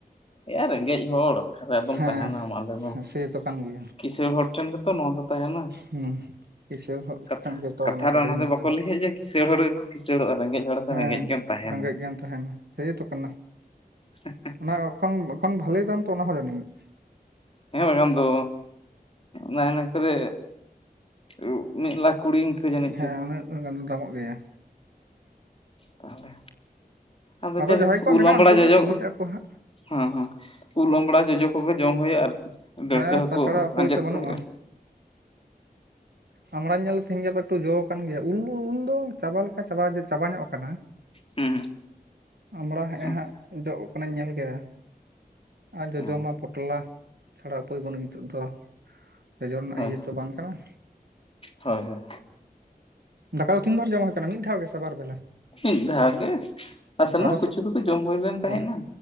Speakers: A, on the left; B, on the right.
A: ᱮᱭᱟ ᱨᱮᱸᱜᱮᱡ ᱦᱚᱲ ᱚᱠᱟᱨᱮ ᱟᱫᱚᱢ
B: ᱦᱮᱸ
A: ᱛᱟᱦᱮᱱᱟ ᱢᱟ ᱟᱞᱮ ᱢᱮ᱾
B: ᱥᱮᱛᱚ ᱠᱟᱱ ᱜᱮᱭᱟ
A: ᱠᱤᱥᱟᱹᱬ ᱦᱚᱲ ᱴᱷᱮᱱ ᱜᱮᱛᱚ ᱱᱚᱣᱟ ᱫᱚ ᱛᱟᱦᱮᱱᱟ᱾
B: ᱦᱩᱸ ᱠᱤᱥᱟᱹᱬ ᱦᱚᱲ
A: ᱠᱟᱛᱷᱟ
B: ᱴᱷᱮᱱ ᱜᱮᱛᱚ
A: ᱠᱟᱛᱷᱟ
B: ᱚᱱᱟ
A: ᱨᱮ
B: ᱠᱚᱫᱚ ᱡᱤᱱᱤᱥ
A: ᱵᱟᱠᱚ
B: ᱫᱚ᱾
A: ᱞᱟᱹᱭᱟ ᱡᱮ ᱠᱤᱥᱟᱹᱬ ᱦᱚᱲ ᱜᱮᱠᱚ ᱠᱤᱥᱟᱹᱬᱚᱜ-ᱟ ᱨᱮᱸᱜᱮᱡ ᱦᱚᱲ ᱫᱚ
B: ᱦᱮᱸ
A: ᱨᱮᱸᱜᱮᱡ ᱜᱮᱢ ᱛᱟᱦᱮᱱᱟ᱾
B: ᱨᱮᱸᱜᱮᱡ ᱜᱮᱢ ᱛᱟᱦᱮᱱᱟ ᱥᱮᱭ ᱛᱟ ᱠᱟᱱᱟ᱾
A: <inaudible>
B: ᱚᱱᱟ ᱮᱠᱷ ᱮᱠᱷᱚᱱ ᱵᱷᱟᱞᱮ ᱫᱟᱢ ᱛᱚ ᱚᱱᱟ ᱦᱚᱸ ᱡᱟᱱᱤᱡ᱾
A: ᱦᱮᱸ ᱵᱟᱠᱷᱟᱱ ᱫᱚ ᱱᱟᱭ ᱱᱟᱭ ᱠᱚᱨᱮ ᱩ ᱢᱤᱫ ᱞᱟᱠᱷ ᱠᱩᱲᱤ ᱤᱱᱠᱟᱹ ᱡᱟᱹᱱᱤᱡ
B: ᱦᱮᱸ
A: ᱪᱚ᱾
B: ᱩᱱᱟᱹᱜ ᱜᱟᱱ ᱫᱟᱢᱚᱜ ᱜᱮᱭᱟ
A: ᱛᱟᱦᱚᱞᱮ᱾ ᱟᱫᱚ ᱡᱟᱭ
B: ᱡᱟᱦᱟᱸᱭ
A: ᱦᱳᱠ
B: ᱠᱚᱣᱟᱜ
A: ᱩᱞ,
B: ᱢᱮᱱᱟᱜᱼᱟ
A: ᱟᱵᱟᱲᱟ,
B: ᱩᱱᱠᱩ
A: ᱡᱚᱡᱚ
B: ᱜᱮ ᱥᱩᱵᱤᱫᱷᱟᱜ ᱟᱠᱚ ᱦᱟᱸᱜ
A: ᱦᱮᱸ ᱦᱮᱸ ᱩᱞ, ᱟᱢᱵᱲᱟ, ᱡᱚᱡᱚ ᱠᱚᱜᱮ ᱡᱚᱢ ᱦᱩᱭᱩᱜ-ᱟ ᱟᱨᱠᱤ᱾ ᱰᱟᱹᱲᱠᱟᱹ
B: ᱦᱮᱸ
A: ᱦᱟᱹᱠᱩ
B: ᱛᱟᱪᱷᱟᱲᱟ ᱩᱯᱟᱹᱭ
A: ᱟᱸᱡᱮᱫ
B: ᱛᱚ ᱵᱟᱹᱱᱩᱜᱼᱟ
A: ᱠᱚ ᱦᱩᱭᱩᱜ-ᱟ᱾
B: ᱟᱢᱵᱲᱟᱧ ᱧᱮᱞ ᱫᱚ ᱛᱮᱦᱮᱧ ᱜᱟᱯᱟ ᱮᱠᱴᱩ ᱡᱚᱸ ᱟᱠᱟᱱ ᱜᱮᱭᱟ, ᱩᱞ ᱩᱞ ᱫᱚ ᱪᱟᱵᱟ ᱞᱮᱠᱟ ᱪᱟᱵᱟ ᱡᱮ ᱪᱟᱵᱟ ᱧᱚᱜ ᱠᱟᱱᱟ᱾
A: ᱦᱮᱸ ᱦᱩᱸ
B: ᱟᱢᱲᱟ ᱦᱮᱸᱜ-ᱮ
A: ᱟᱪᱪᱷᱟ
B: ᱦᱟᱸᱜ ᱡᱚᱜ ᱠᱟᱱᱟᱧ ᱧᱮᱞ ᱠᱮᱫᱟ᱾ ᱟᱨ ᱡᱚᱡᱚ
A: ᱦᱮᱸ
B: ᱢᱟ ᱯᱚᱴᱚᱞᱟ ᱪᱷᱟᱲᱟ ᱩᱯᱟᱹᱭ ᱵᱟᱹᱱᱩᱜ ᱱᱤᱛᱚᱜ ᱫᱚ᱾ ᱡᱚᱡᱚ ᱨᱮᱱᱟᱜ
A: ᱦᱳᱭ,
B: ᱤᱭᱟᱹ ᱛᱚ ᱵᱟᱝ ᱠᱟᱱᱟ
A: ᱦᱳᱭ ᱦᱳᱭ᱾
B: ᱫᱟᱠᱟ ᱫᱚ ᱛᱤᱱ ᱵᱟᱨ ᱡᱚᱢ ᱦᱩᱭ ᱟᱠᱟᱱᱟ ᱢᱤᱫ ᱫᱷᱟᱣ ᱜᱮᱥᱮ ᱵᱟᱨ ᱵᱮᱞᱟ?
A: ᱢᱤᱫ ᱫᱷᱟᱣ ᱜᱮ, ᱱᱟᱥᱮᱱᱟᱜ
B: ᱟᱨᱚ
A: ᱠᱚᱪᱩᱲᱤ ᱠᱚ ᱡᱚᱢ ᱦᱩᱭ ᱞᱮᱱ ᱛᱟᱦᱮᱸᱱᱟ᱾
B: ᱚ